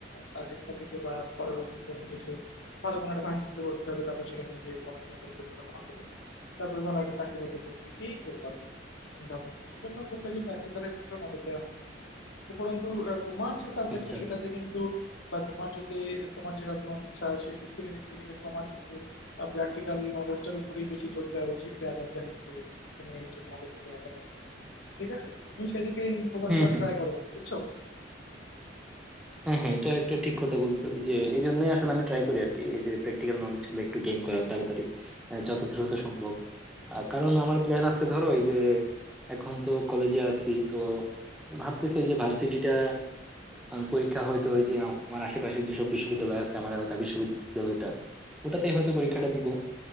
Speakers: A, on the left; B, in the centre.
A: টার্গেট থাকে যে বা পরবর্তী জীবনে গিয়ে সে ভালো কোনো একটা ভার্সিটিতে ভর্তি হবে তারপর সেখানে গিয়ে পড়াশোনা করবে ভালো করে তারপরে ভালো একটা চাকরি বাকরি করবে এই তো আর কি চিন্তা ভাবনা এই জন্য খুব বেশি প্র্যাকটিক্যালের উপরে নজর দেওয়া হয় না। উপরন্তু আহ, তোমার যে সাবজেক্টটা
B: আচ্ছা
A: সেটাতে
B: আচ্ছা
A: কিন্তু বা তোমার যদি তোমার যেরকম ইচ্ছা সেদিক থেকে দেখতে গেলে তোমার কিন্তু প্র্যাকটিক্যাল নলেজটার উপরেই বেশি জোর দেওয়া উচিত রাদার দ্যান যে জেনারেল যে নলেজ বা একাডেমিক ঠিক আছে তো তুমি সেদিকে ফোকাস
B: হম
A: করার
B: হম
A: ট্রাই করো বন্ধু, বুঝছো
B: হ্যাঁ হ্যাঁ এটা একটা ঠিক কথা বলছো এই যে এই জন্য আসলে আমি ট্রাই করি আর কি এই যে প্র্যাকটিক্যাল নলেজ গুলো একটু গেইন করা তাড়াতাড়ি আহ, যত দ্রুত সম্ভব আহ, কারণ আমার প্ল্যান আছে ধরো এই যে এখন তো কলেজে আছি তো ভাবতেছি এই যে ভার্সিটিটা আমি পরীক্ষা হয়তো ওই যে আমার আশেপাশে যেসব বিশ্ববিদ্যালয় আছে আমার এলাকার বিশ্ববিদ্যালয়টা ওটাতেই হয়তো পরীক্ষাটা দিব